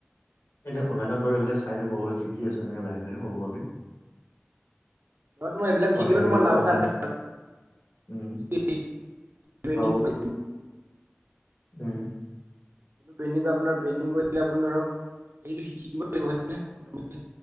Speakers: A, on the left; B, on the right.
A: এনেই অনলাইনত বাৰু এইবিলাক চাই থাকো শিকি আছো এনেই লাহেকে সৰু সোৰাকে
B: অ তোমাৰ এইবিলাক
A: আৰু
B: শিকিলো
A: এতিয়া আজিকালিতো
B: তোমাৰ লাভ
A: অনলাইন
B: এটা আছে
A: উম
B: আপুনি যদি ব্ৰেণ্ডিং
A: আও
B: কৰে
A: উম
B: ব্ৰেণ্ড নিউ আপোনাৰ ব্ৰেণ্ড নিউ কৰিলে আপুনি ধৰক এইটো শিকিব লাগিব ন <unintelligible> <unintelligible>